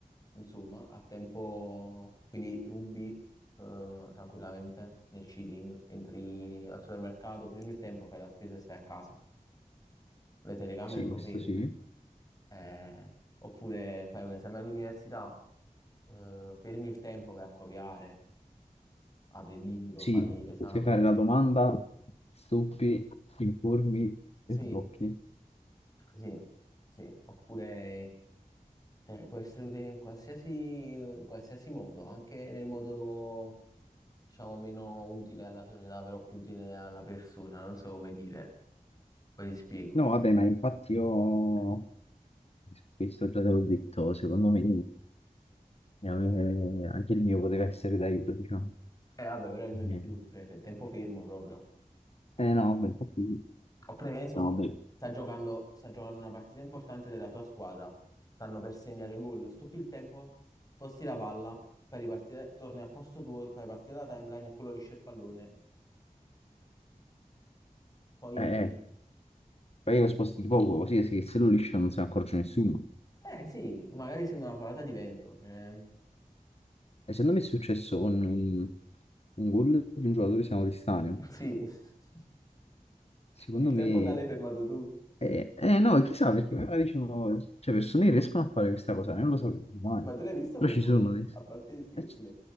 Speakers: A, on the left; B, on the left.
A: insomma, a tempo, quindi rubi eh, tranquillamente nel chilling, entri al supermercato, fermi il tempo, fai la spesa e stai a casa. Le telecamere
B: Sì,
A: sono
B: questo
A: ferme.
B: sì.
A: Eh, oppure fai un esame all'università, eh, fermi il tempo, vai a copiare, apri il libro,
B: Sì,
A: fai l'esame.
B: puoi fare
A: Cioè,
B: la domanda, stupi, informi
A: sì,
B: e sblocchi.
A: sì, sì. Oppure cioè, può essere utile in qualsiasi, in qualsiasi modo, anche nel modo diciamo, meno utile alla società, però più utile alla persona, non so come dire. Poi ti spiego.
B: No, vabbè, ma infatti io su questo già te l'ho detto, secondo me eh, anche il mio poteva essere d'aiuto, diciamo.
A: Eh, vabbè, però è il mio di
B: Eh
A: più, cioè, fe- tempo fermo proprio.
B: eh, no, vabbè, infatti sì.
A: Oppure, che ne so,
B: no, vabbè.
A: sta giocando, sta giocando una partita importante della tua squadra, stanno per segnare gol, stoppi il tempo, sposti la palla, fai ripartire, torni a posto tuo, fai partire la timeline e quello liscia il pallone. Poi,
B: Eh, eh, poi lo sposti di poco, così se se lo liscia non se ne accorge nessuno.
A: eh sì, magari sembra una folata di vento, cioè...
B: E secondo me è successo con un, un gol di un giocatore che si chiama Cristiano.
A: <laughs> Sì, <laughs>
B: Secondo
A: il tempo
B: me
A: là l'hai fermato tu,
B: Eh, eh, no, chissà perché magari ci sono, cioè, persone che riescono a fare questa cosa, io non lo sapevo mai,
A: ma tu l'hai visto
B: però
A: quel
B: ci
A: gol?
B: sono di...
A: A parte gli scherzi,
B: Eh, c-